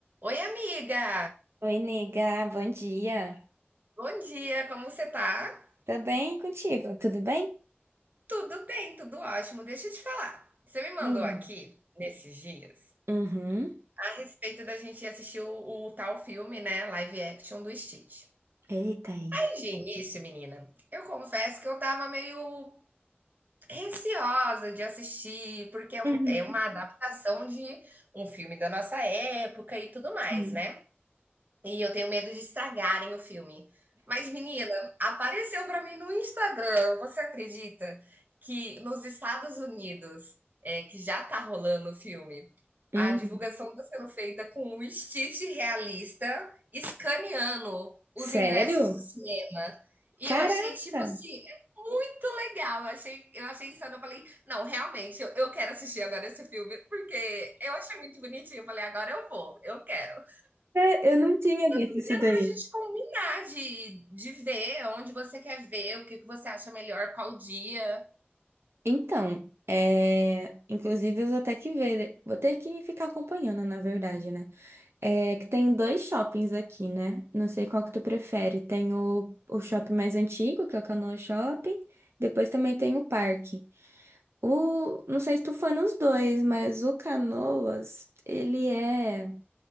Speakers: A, on the right; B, on the right.
A: Oi, amiga!
B: Oi, nega, bom dia.
A: Bom dia, como você tá?
B: Tô bem e contigo, tudo bem?
A: Tudo bem, tudo ótimo. Deixa eu te falar. Você me mandou
B: Hum.
A: aqui, nesses dias,
B: Uhum.
A: a respeito da gente assistir o, o tal filme, né? Live action do Stitch.
B: Eita aí.
A: Aí, de início, menina, eu confesso que eu tava meio receosa de assistir, porque é
B: Uhum,
A: um- é uma adaptação de um filme da nossa época e tudo mais,
B: sim.
A: né? E eu tenho medo de estragarem o filme. Mas, menina, apareceu para mim no Instagram. Você acredita que nos Estados Unidos, é, que já tá rolando o filme,
B: Hum.
A: a divulgação está sendo feita com um Stitch realista escaneando os
B: Sério?
A: ingressos do cinema. E
B: Caraca!
A: eu achei, tipo assim, é muito legal. Eu achei, eu achei insano. Eu falei, não, realmente, eu, eu quero assistir agora esse filme, porque eu achei muito bonitinho. Eu falei, agora eu vou, eu quero
B: É, eu não tinha visto
A: inteiro
B: isso daí.
A: para a gente combinar de, de ver onde você quer ver, o que, que você acha melhor, qual dia.
B: Então, é... inclusive eu vou ter que ver, vou ter que ficar acompanhando, na verdade, né? É que tem dois shoppings aqui, né? Não sei qual que tu prefere. Tem o, o shopping mais antigo, que é o Canoa Shopping, depois também tem o parque. O, não sei se tu foi nos dois, mas o Canoas, ele é